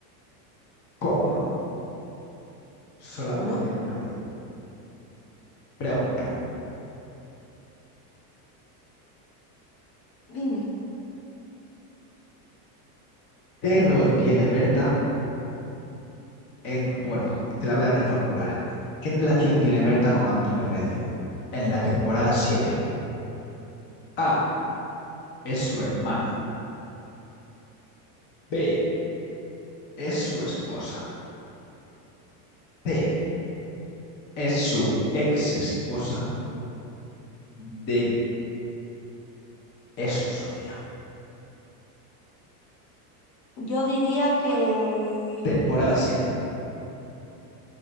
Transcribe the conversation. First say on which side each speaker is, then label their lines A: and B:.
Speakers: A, on the left; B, on the left.
A: Con uno. Solamente
B: ¿Uno?
A: tiene un rodín. Pregunta.
B: Dime.
A: ¿Qué rol tiene Berta en... Bueno, te la voy a reformular. ¿Qué relación tiene Berta con Antonio Recio en la temporada siete? A. Es su hermana. B. Es su esposa. C. Es su ex esposa. D. Es su socia.
B: Yo diría que
A: Temporada siete.